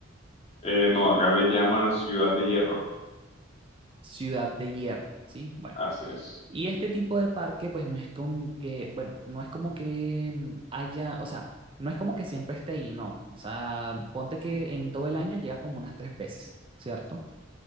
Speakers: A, on the left; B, on the right.
A: Eh, no, acá le llaman Ciudad de Hierro,
B: Ciudad de Hierro, ¿sí? Bueno.
A: así es.
B: Y este tipo de parque, pues no es como que, bueno, no es como que mm, haya, o sea, no es como que siempre esté ahí, no. O sea, ponte que en todo el año llega como unas tres veces, ¿cierto?